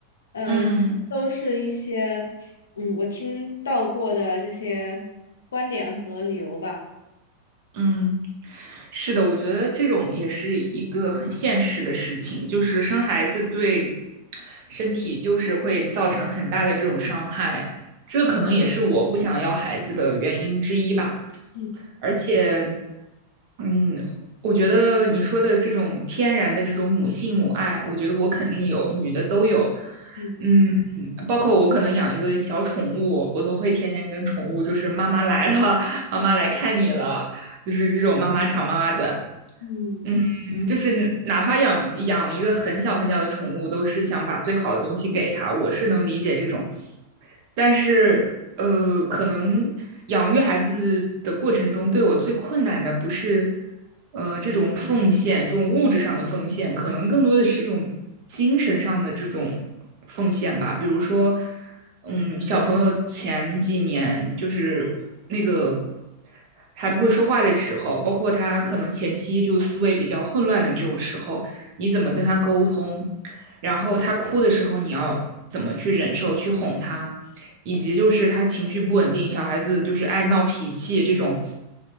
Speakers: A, on the left (about 65°); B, on the right (about 45°).
A: 呃，
B: 嗯。
A: 都是一些嗯我听到过的这些观点和理由吧。
B: 嗯，是的，我觉得这种也是一个很现实的事情，就是生孩子对身体就是会造成很大的这种伤害，这可能也是我不想要孩子的原因之一吧。
A: 嗯
B: 而且，嗯，我觉得你说的这种天然的这种母性母爱，我觉得我肯定有，女的都有。
A: 嗯
B: 嗯，包括我可能养一个小宠物，我都会天天跟宠物，就是妈妈来了，妈妈来看你了，就是这种妈妈长妈妈短。
A: 嗯
B: 嗯，就是哪怕养养一个很小很小的宠物，都是想把最好的东西给它，我是能理解这种。但是呃，
A: 嗯
B: 可能养育孩子的过程中，对我最困难的不是呃这种奉献，这种物质上的奉献，可能更多的是这种精神上的这种奉献吧。比如说，嗯，小朋友前几年就是那个。还不会说话的时候，包括他可能前期就思维比较混乱的这种时候，你怎么跟他沟通？然后他哭的时候你要怎么去忍受、去哄他，以及就是他情绪不稳定，小孩子就是爱闹脾气这种，